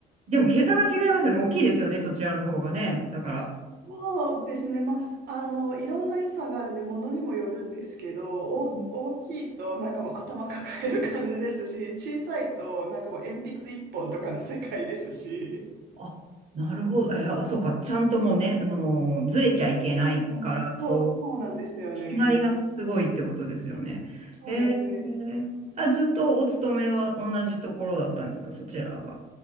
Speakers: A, on the right; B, on the right.
A: でも、桁が違いますよね。大きいですよね、そちらの方がね。だから、
B: そうですね。まあ、あの、いろんな予算があるんで、ものにもよるんですけど、大、
A: うん
B: 大きいとなんかもう頭抱える感じですし、小さいとなんかもう鉛筆一本とかの世界ですし。
A: あ、なるほど。あ、あそうか。ちゃんともうね、あのーずれちゃいけないから、
B: うんそう、
A: こう、
B: そうなんですよね。
A: 決まりがすごいってことですよね。
B: そうなんですね。
A: えー、あ、ずっとお勤めは同じところだったんですか、そちらは。